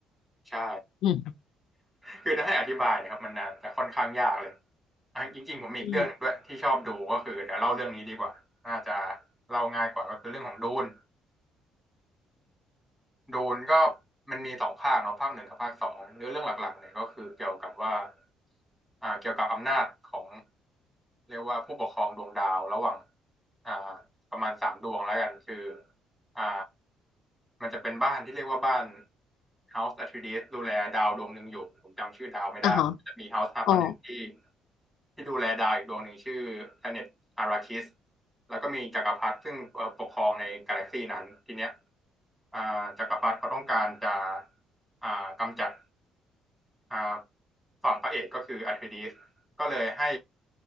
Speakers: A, in the centre; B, on the left (about 75°).
A: ใช่
B: อืม
A: คือถ้าให้อธิบายนะครับมันน่าจะค่อนข้างยากเลยอ่ะจริงๆผมมีอีกเรื่องหนึงด้วยที่ชอบดูก็คือเดี๋ยวเล่าเรื่องนี้ดีกว่าน่าจะ
B: อืม
A: เล่าง่ายกว่าก็คือเรื่องของดูน ดูนก็มันมีสองภาคเนาะภาคหนึ่งกับภาคสองเนื้อเรื่องหลักๆเนี่ยก็คือเกี่ยวกับว่าอ่าเกี่ยวกับอำนาจของเรียกว่าผู้ปกครองดวงดาวระหว่างอ่าประมาณสามดวงแล้วกันคือ อ่ามันจะเป็นบ้านที่เรียกว่าบ้าน House Atreides ดูแลดาวดวงหนึ่งอยู่ผมจำชื่อดาวไม่ได้จะมี
B: อ่ะฮะ
A: House Harkonnen
B: อ๋อ
A: ที่ที่ดูแลดาวอีกดวงหนึ่งชื่อ Planet Arrakis แล้วก็มีจักรพรรดิซึ่งเอ่อปกครองในกาแล็กซีนั้นทีเนี้ยอ่าจักรพรรดิเขาต้องการจะอ่ากำจัดอ่าฝั่งพระเอกก็คืออาร์คิดิสก็เลยให้